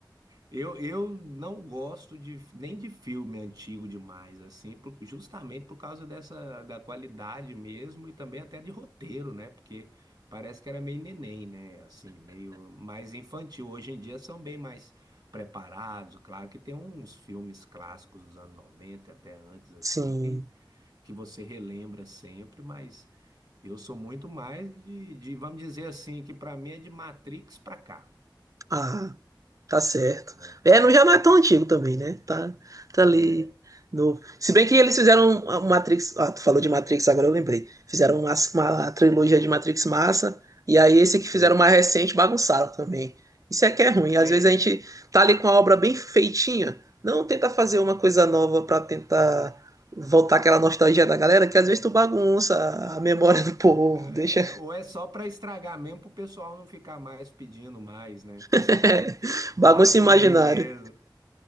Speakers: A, on the right (about 60°); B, on the right (about 45°).
A: Eu, eu não gosto de, nem de filme antigo demais, assim, por- justamente por causa dessa, da qualidade mesmo e também até de roteiro, né? Porque parece que era meio neném, né? Assim, meio mais infantil. Hoje em dia são bem mais preparados. Claro que tem uns filmes clássicos dos anos 90 até antes, assim,
B: Sim.
A: que, que você relembra sempre, mas eu sou muito mais de, de, vamos dizer assim, que para mim é de Matrix pra cá,
B: Ah. Tá certo.
A: né?
B: É, não, já não é tão antigo também, né? Tá, tá ali
A: É.
B: novo. Se bem que eles fizeram uma Matrix. Ah, tu falou de Matrix, agora eu lembrei. Fizeram uma, uma trilogia de Matrix massa. E aí esse que
A: Foi.
B: fizeram mais recente bagunçaram também. Isso é que é ruim. Às
A: É,
B: vezes a gente tá ali com a obra bem feitinha. Não tenta fazer uma coisa nova pra tentar voltar aquela nostalgia da galera, que às vezes tu bagunça a memória do povo, deixa
A: é, ou é só para estragar mesmo pro pessoal não ficar mais pedindo mais, né?
B: <laughs> bagunça
A: Para por
B: imaginário.
A: aí mesmo.